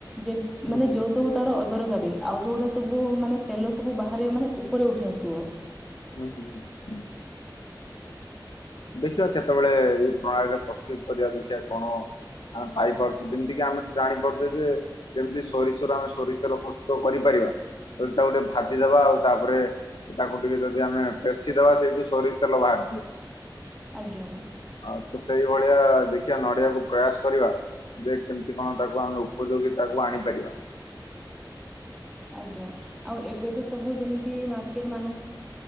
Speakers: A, in the centre; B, on the left (about 80°).
A: ଯେ
B: ହୁଁ
A: ମାନେ
B: ହୁଁ ହୁଁ
A: ଯୋଉ ସବୁ ତାର ଅଦରକାରୀ, ଆଉ ଯୋଉଗୁଡା ସବୁ ମାନେ ତେଲସବୁ ବାହାରେ ମାନେ ଉପରେ ଉଠି ଆସିବ।
B: ହୁଁ-ହୁଁ-ହୁଁ। ଦେଖିବା କେତେବେଳେ ଏଇ ପ୍ରଣାଳୀରେ ପ୍ରସ୍ତୁତ କରିବା ଦେଖିବା କଣ ଆମେ ପାଇପାରୁଛେ ଯେମିତି କିି ଆମେ ତ ଜାଣିପାରୁଛେ ଯେ ଯେମିତି ସୋରିଷରୁ ଆମେ ସୋରିଷ ତେଲ ପ୍ରସ୍ତୁତ କରିପାରିବା। ଯଦି ତାକୁ ଟିକେ ଭାଜିଦେବା ଆଉ ତାପରେ ତାକୁ ଟିକେ ଯଦି ଆମେ ପେଶିଦେବା ସେଇଠୁ ସୋରିଷ ତେଲ ବାହାରି ଆଉ
A: ଆଜ୍ଞା।
B: ଆଉ ତ ସେଇ ଭଳିଆ ଦେଖିବା ନଡିଆକୁ ପ୍ରୟାସ୍ କରିବା। ଯେ କେମିତି କଣ ତାକୁ ଆମେ ଉପଯୋଗୀ ତାକୁ ଆଣିପାରିବା।
A: ଆଜ୍ଞା, ଆଉ ଏବେ ତ ସବୁ ଯେମିତି ମାର୍କେଟ ମାନେ